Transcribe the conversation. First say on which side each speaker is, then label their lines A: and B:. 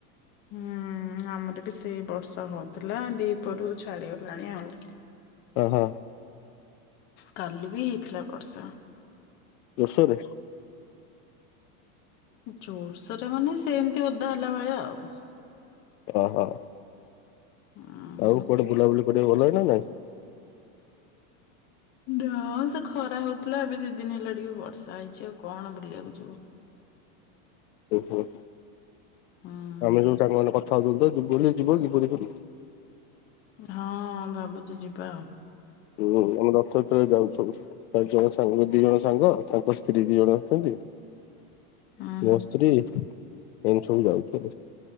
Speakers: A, on the left (about 25°); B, on the left (about 75°).
A: ହୁଁ ଆମର ବି ସେଇ ବର୍ଷା, ହଉଥିଲା ଦିପରୁ ଛାଡିଗଲାଣି ଆଉ।
B: ଓହୋ।
A: କାଲି ବି ହେଇଥିଲା ବର୍ଷା।
B: ଜୋରସୋରରେ
A: ଜୋରସରେ ମାନେ ସେମିତି ଓଦା ହେଲା ଭଳିଆ ଆଉ।
B: ଓହୋ।
A: ଉଁ
B: ଆଉ କୁଆଡେ ବୁଲାବୁଲି କରିବାକୁ ଗଲ ନା ନାଇଁ?
A: ନା ତ ଖରା ହଉଥିଲା, ଏବେ ଦି ଦିନ ହେଲା ଟିକେ ବର୍ଷା ହେଇଚି ଆଉ କଣ ବୁଲିବାକୁ ଯିବ।
B: ଓହୋ।
A: ହୁଁ
B: ଆମେ ଯିବୁ ସାଙ୍ଗ ମାନେ କଥା ହଉଥିଲୁ ତ ଯ ବୋଲି ଯିବ ଯିବୁ ବୋଲି।
A: ହଁ ଭାବୁଚୁ ଯିବା ଆଉ।
B: ହୁଁ ଆମେ ରଥଯାତ୍ରରେ ଯାଉଚୁ ସବୁ। ପାଞ୍ଚ ଜଣ ସାଙ୍ଗ ଦି ଜଣ ସାଙ୍ଗ ତାଙ୍କ ସ୍ତ୍ରୀ ଦି ଜଣ ଅଛନ୍ତି।
A: ହୁଁ
B: ମୋ ସ୍ତ୍ରୀ ଏମିତି ସବୁ ଯାଉଚୁ।